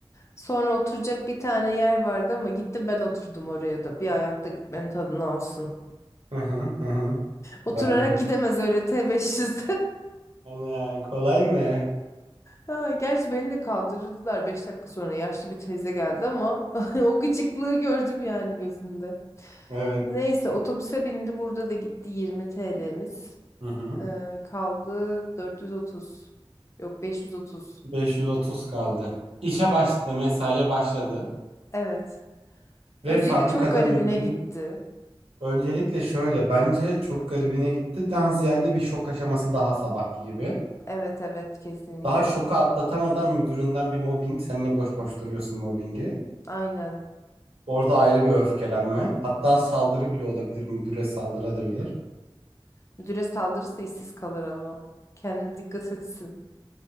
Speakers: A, on the left (about 30°); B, on the right (about 80°).
A: Sonra oturacak bir tane yer vardı ama gittim ben oturdum oraya da. Bir ayakta gitmenin tadını alsın.
B: Hı hı hı. hı.
A: Oturarak
B: Doğru.
A: gidemez öyle T500.
B: Ana, kolay mı?
A: Ha, gerçi beni de kaldırırdılar Beş dakika sonra. Yaşlı bir teyze geldi ama <laughs> o gıcıklığı gördüm yani gözünde.
B: Evet.
A: Neyse otobüse bindi. Burada da gitti 20 TL'miz.
B: Hı hı.
A: Ee, kaldı dört yüz otuz Yok 530.
B: 530 kaldı. İşe başladı, mesaiye başladı.
A: Evet. Öncelikle
B: Ve fabrikada
A: çok garibine
B: müdürü
A: gitti.
B: öncelikle şöyle bence çok garibine gitti. Daha ziyade bir şok aşaması daha sabahki gibi.
A: Evet evet kesinlikle.
B: Daha şoku atlatamadan müdüründen bir mobbing. Seninle boş boş duruyorsun mobbingi.
A: Aynen.
B: Orada ayrı bir öfkelenme. Hatta saldırı bile olabilir. Müdüre saldırabilir.
A: Müdüre saldırırsa işsiz kalır ama. Kendine dikkat etsin.